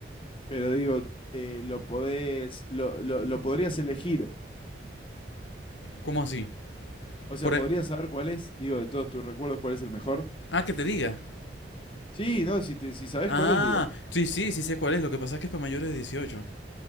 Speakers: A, on the left; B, on the left.
A: pero digo, eh, lo podés, lo, lo, lo podrías elegir.
B: ¿Cómo así?
A: O sea,
B: Por...
A: podrías
B: e-
A: saber cuál es, digo, de todos tus recuerdos, cuál es el mejor.
B: Ah, que te diga.
A: Sí, no, si, te, si sabés
B: Ah,
A: cuál es, digo.
B: sí, sí, sí sé cuál es. Lo que pasa es que es para mayores de dieciocho